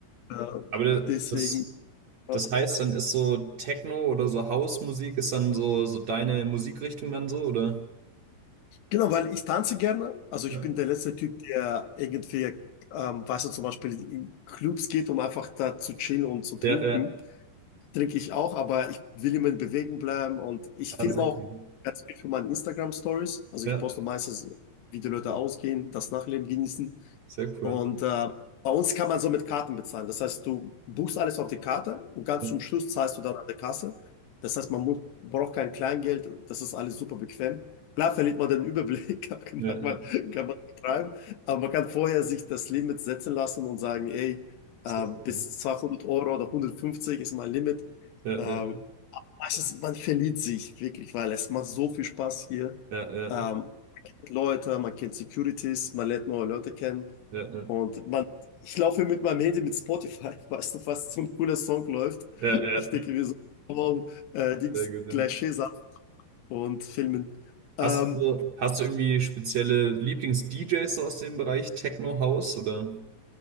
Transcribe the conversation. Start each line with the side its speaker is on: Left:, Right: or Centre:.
Left: Äh,
Right: Aber da-
Left: deswegen,
Right: das,
Left: äh,
Right: das heißt, dann ist so Techno oder so House-Musik ist dann so, so deine Musikrichtung dann so, oder?
Left: genau, weil ich tanze gerne. Also ich
Right: Ja.
Left: bin der letzte Typ, der irgendwie, ähm, weißt du, zum Beispiel in Clubs geht, um einfach da zu chillen und zu trinken.
Right: Ja, ja.
Left: trinke ich auch, aber ich will immer in Bewegung bleiben und ich
Right: Ah,
Left: filme
Right: sehr
Left: auch
Right: cool.
Left: ganz viel für meine Instagram-Stories. Also
Right: Ja,
Left: ich poste meistens, wie die Leute ausgehen, das Nachleben genießen.
Right: sehr cool.
Left: Und äh, bei uns kann man so mit Karten bezahlen. Das heißt, du buchst alles auf die Karte und ganz
Right: Ja,
Left: zum Schluss zahlst du dann an der Kasse. Das heißt, man muss, braucht kein Kleingeld. Das ist alles super bequem. Klar verliert man den Überblick, <laughs> aber kann
Right: ja, ja.
Left: man, kann man betreiben. Aber man kann vorher sich das Limit setzen lassen und sagen, ey,
Right: sehr
Left: äh, bis
Right: cool.
Left: 200 Euro oder 150 ist mein Limit.
Right: Ja,
Left: Äh,
Right: ja,
Left: es ist, man verliert sich wirklich, weil es macht so viel Spaß hier.
Right: ja, ja,
Left: Ähm, man kennt Leute, man kennt Securities, man lernt neue Leute kennen.
Right: ja, ja,
Left: Und man, ich laufe mit meinem Handy mit Spotify, <laughs> weißt du, was so ein cooler Song läuft.
Right: ja, ja.
Left: Ich denke mir so, wow, äh, Dings,
Right: Sehr gut, ja.
Left: gleich Schäfer und Filmen.
Right: Hast
Left: Ähm,
Right: du, so- hast du irgendwie spezielle Lieblings-DJs aus dem Bereich Techno House oder?